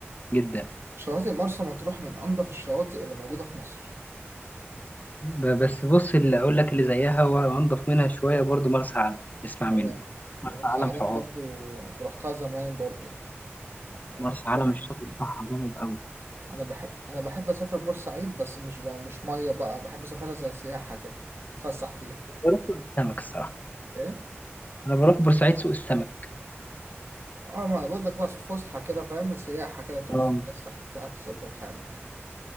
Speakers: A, on the left; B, on the right.
A: جدا
B: شواطئ مرسى مطروح من انضف الشواطئ اللي موجودة في مصر
A: ب- بس بص اللي اقول لك اللي زيها وانضف منها شويه برضو مرسى علم اسمع
B: اه
A: مني مرسى
B: آه، مرسى
A: علم
B: علم
A: حوار
B: برضو رحتها زمان برضو آه،
A: مرسى علم الشاطئ بتاعها جامد قوي
B: انا بحب انا بحب اسافر بورسعيد بس مش ب... مش ميه بقى بحب اسافرها زي سياحه كده اتفسح فيها
A: بروح سوق السمك الصراحه
B: ايه
A: انا بروح بورسعيد سوق السمك
B: اه ما أنا بقول لك بقى فسحه كده فاهم سياحه كده تروح
A: اه
B: تتفسح بتاع تظبط حالك